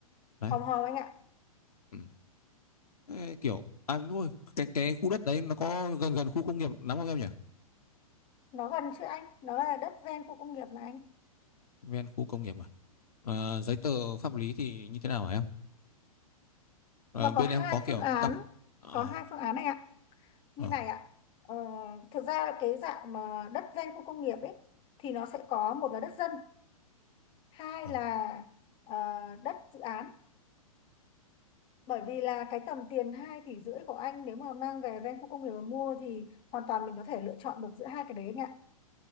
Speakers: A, on the left; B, on the left.
A: đấy
B: Hòm Hòm anh ạ.
A: ừ. Ê, kiểu à đúng rồi cái cái khu đất đấy nó có gần gần khu công nghiệp lắm không em nhỉ
B: Nó gần chứ anh, nó là đất ven khu công nghiệp mà anh.
A: ven khu công nghiệp à? Ờ, giấy tờ pháp lý thì như thế nào hả em? Ờ,
B: Nó
A: bên
B: có hai
A: em có kiểu
B: phương án,
A: cam ờ,
B: có hai phương án anh ạ. Như
A: ờ,
B: này ạ, ờ, thực ra là cái dạng mà đất ven khu công nghiệp ấy thì nó sẽ có một là đất dân, hai
A: ờ,
B: là ờ, đất dự án. Bởi vì là cái tầm tiền hai tỷ rưỡi của anh nếu mà mang về ven khu công nghiệp mà mua thì hoàn toàn mình có thể lựa chọn được giữa hai cái đấy anh ạ.